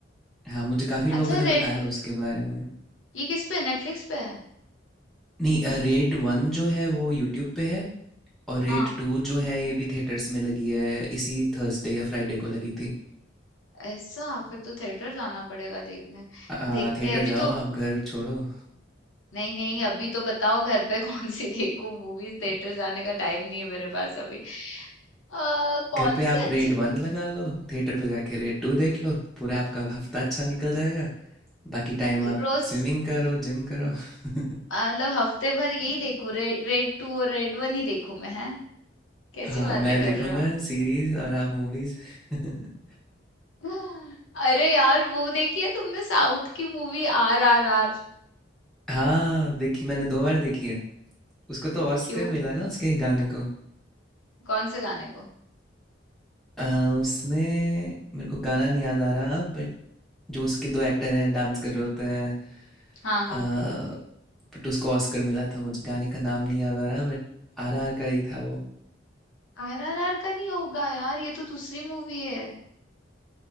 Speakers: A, in the centre; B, on the left.
A: हाँ मुझे काफ़ी लोगों
B: अच्छा
A: ने
B: रेड
A: बताया उसके बारे में
B: ये किस पे नेटफ्लिक्स पे है
A: नहीं रेड वन जो है वो यूट्यूब पे है और रेड
B: हाँ
A: टू जो है ये भी थिएटर्स में लगी है इसी थर्सडे या फ्राइडे को लगी थी
B: ऐसा फिर तो थिएटर जाना पड़ेगा देखने
A: आ,
B: देखते
A: थिएटर
B: हैं अभी
A: जाओ
B: तो
A: आप घर छोड़ो
B: नहीं नहीं अभी तो बताओ घर पे <laughs> कौन सी देखूं मूवीज थिएटर जाने का टाइम नहीं है मेरे पास अभी आ,
A: <laughs>
B: कौन
A: घर पे आप
B: सी अच्छी
A: रेड
B: मूवी
A: वन लगा लो थिएटर पे जाके रेड टू देख लो पूरा आपका हफ्ता अच्छा निकल जाएगा बाकी टाइम आप
B: रोज
A: स्विमिंग करो जिम करो <laughs>
B: अ, मतलब हफ्ते भर यही देखूं रे, रेड टू और रेड वन ही देखूं मैं है कैसी
A: हाँ
B: बातें
A: मैं
B: कर
A: देखूंगा
B: रहे हो
A: सीरीज और आप मूवीज <laughs>
B: <laughs> अरे यार वो देखी है तुमने साउथ की मूवी आर आर आर
A: हाँ देखी मैंने दो बार देखी है उसको तो ऑस्कर
B: क्यों
A: मिला ना उसके गाने को
B: कौन से गाने को
A: आ, उसमें मेरे को गाना नहीं याद आ रहा बट जो उसके दो एक्टर हैं डांस कर रहे होते हैं
B: हाँ हाँ
A: बट उसको ऑस्कर मिला था मुझे गाने का नाम नहीं याद आ रहा बट आरआर का ही था वो
B: आरआरआर का नहीं होगा यार ये तो दूसरी मूवी है